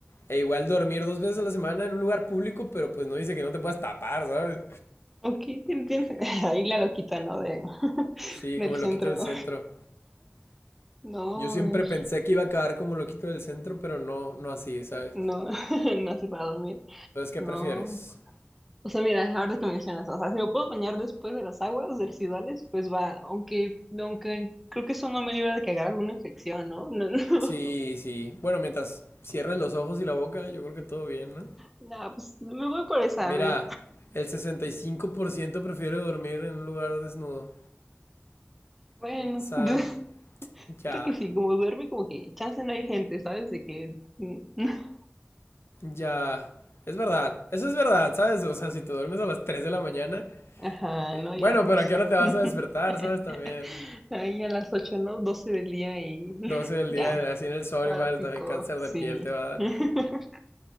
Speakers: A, on the left (about 80°); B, in the centre.
A: E igual dormir dos veces a la semana en un lugar público, pero pues no dice que no te puedas tapar, ¿sabes?
B: ok, tien- tien- <laughs> ahí la loquita, ¿no? De,
A: Sí,
B: del
A: como
B: centro.
A: el loquito del centro.
B: No,
A: Yo siempre
B: es,
A: pensé que iba a acabar como el loquito del centro, pero no, no así, ¿sabes?
B: no, <laughs> no sé para dormir.
A: Entonces, ¿qué
B: No.
A: prefieres?
B: O sea, mira, ahora que mencionas, o sea, si me puedo bañar después de las aguas residuales, pues va, aunque, aunque creo que eso no me libra de que agarre alguna infección, ¿no? <laughs>
A: Sí, sí. Bueno, mientras cierres los ojos y la boca, yo creo que todo bien, ¿no?
B: No, no, pues me voy por esa,
A: Mira,
B: a ver.
A: el 65% prefiere dormir en un lugar desnudo.
B: Bueno.
A: O sea,
B: <laughs> Siento
A: ya,
B: que sí, como duerme, como que chance no hay gente, ¿sabes? De que. <laughs>
A: ya. Es verdad, eso es verdad, ¿sabes? O sea, si te duermes a las 3 de la mañana,
B: Ajá,
A: eh,
B: no,
A: bueno,
B: ya.
A: pero ¿a qué hora te vas
B: <laughs>
A: a despertar, ¿sabes? También
B: Ahí a las ocho ¿no? doce del día y <laughs>
A: Doce del
B: ya,
A: día, así en el sol
B: para
A: igual,
B: pico,
A: también cáncer
B: sí.
A: de piel te va a dar.
B: <laughs>